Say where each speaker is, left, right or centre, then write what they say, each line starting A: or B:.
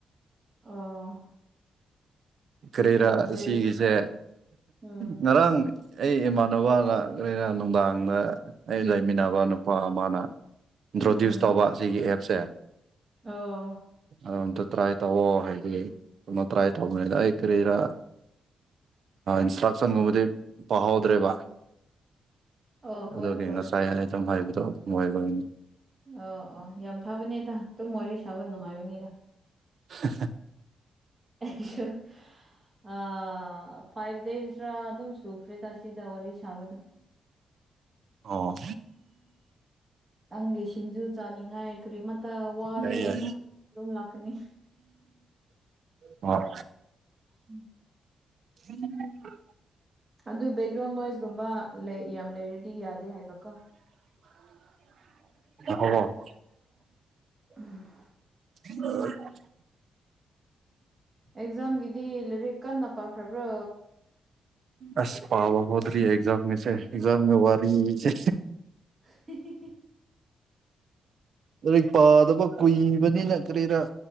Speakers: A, on the right; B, on the right.
A: ꯑꯥ
B: ꯀꯔꯦꯔꯥ
A: ꯁꯕꯖꯦꯛ
B: ꯁꯤꯒꯤꯁꯦ
A: ꯎꯝ
B: ꯉꯔꯥꯡ ꯑꯩ ꯏꯃꯥꯟꯅꯕꯒ ꯂꯩꯔ ꯅꯨꯡꯗꯥꯡꯗ ꯑꯩ ꯂꯩꯃꯤꯟꯅꯕ ꯅꯨꯄꯥ ꯑꯃꯅ
A: ꯎꯝ
B: ꯏꯟꯇ꯭ꯔꯣꯗ꯭ꯌꯨꯁ ꯇꯧꯕ ꯑꯁꯤꯒꯤ ꯑꯦꯞꯁꯦ
A: ꯑꯣ
B: ꯑꯗꯣ ꯑꯝꯇ ꯇ꯭ꯔꯥꯏ ꯇꯧꯑꯣ ꯍꯥꯏꯕꯒꯤ ꯑꯃ ꯇ꯭ꯔꯥꯏ ꯇꯧꯕꯅꯤꯅ ꯑꯩ ꯀꯔꯤꯔ ꯏꯟꯁꯇ꯭ꯔꯛꯁꯟꯒꯨꯝꯕꯗꯤ ꯄꯥꯎꯍꯧꯗ꯭ꯔꯦꯕ
A: ꯑꯣ ꯍꯣꯏ
B: ꯑꯗꯨꯒꯤ
A: ꯍꯣꯏ
B: ꯉꯁꯥꯏ ꯍꯥꯏ ꯑꯗꯨꯝ ꯍꯥꯏꯕꯗꯣ ꯑꯗꯨꯝ ꯑꯣꯏꯒꯤꯅꯤ
A: ꯑꯣ ꯑꯣ ꯌꯥꯝ ꯐꯕꯅꯦꯗ ꯑꯗꯨꯝ ꯋꯥꯔꯤ ꯁꯥꯕ ꯅꯨꯡꯉꯥꯏꯕꯅꯤꯗ
B: <unintelligible>
A: ꯑꯩꯁꯨ ꯑ ꯐꯥꯏꯚ ꯗꯦꯁꯇ꯭ꯔꯥ ꯑꯗꯨꯝ ꯁꯨꯈ꯭ꯔꯦꯗ ꯁꯤꯗ ꯋꯥꯔꯤ ꯁꯥꯕꯗꯣ
B: ꯑꯣ
A: ꯅꯪꯒꯤ ꯁꯤꯡꯖꯨ ꯆꯥꯅꯤꯡ ꯉꯥꯏ ꯀꯔꯤ ꯃꯠ ꯇ ꯋꯥꯂꯨꯔꯅꯨ
B: ꯌꯥꯏ ꯌꯥꯏ
A: ꯑꯗꯨꯝ ꯂꯥꯛꯀꯅꯤ
B: ꯍꯣꯏ
A: ꯎꯝ
B: <inaudible>
A: ꯑꯗꯨ ꯕꯦꯛꯒ꯭ꯔꯥꯎꯟ ꯅꯣꯏꯁꯀꯨꯝꯕ ꯌꯥꯝ ꯂꯩꯔꯗꯤ ꯌꯥꯗꯦ ꯍꯥꯏꯕꯀꯣ
B: ꯍꯕ <unintelligible>
A: ꯎꯝ
B: ꯎꯝ <inaudible>
A: ꯑꯦꯛꯖꯥꯝꯒꯤꯗꯤ ꯂꯥꯏꯔꯤꯛ ꯀꯟꯅ ꯄꯥꯈ꯭ꯔꯕ꯭ꯔꯥ
B: ꯑꯁ ꯄꯥꯕ ꯍꯧꯗꯔꯤ ꯑꯦꯛꯖꯥꯝꯒꯤꯁꯦ ꯑꯦꯛꯖꯥꯝꯒ ꯋꯥꯔꯤꯁꯦ
A: <unintelligible>
B: ꯂꯥꯏꯔꯤꯛ ꯄꯥꯗꯕ ꯀꯨꯏꯕꯅꯤꯅ ꯀꯔꯤꯔꯥ